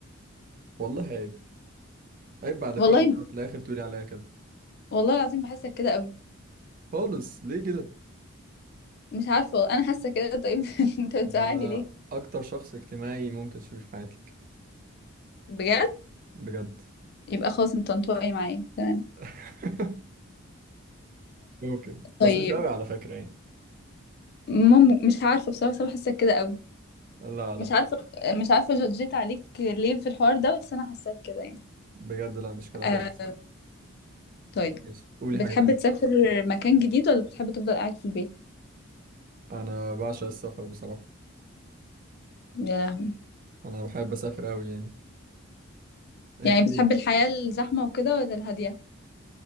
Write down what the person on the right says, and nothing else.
والله عيب عيب بعد
كل ده في الاخر تقولي عليا كده
خالص ليه كده
ده انا
اكتر شخص اجتماعي ممكن تشوفيه في حياتك
بجد
<laughs> ممكن
بس مش قوي على فكرة يعني
لا لا
بجد لا مش كده
خالص
ماشي قولي
حاجة تانية
أنا بعشق السفر بصراحة
أنا بحب أسافر أوي يعني أنت
إيه؟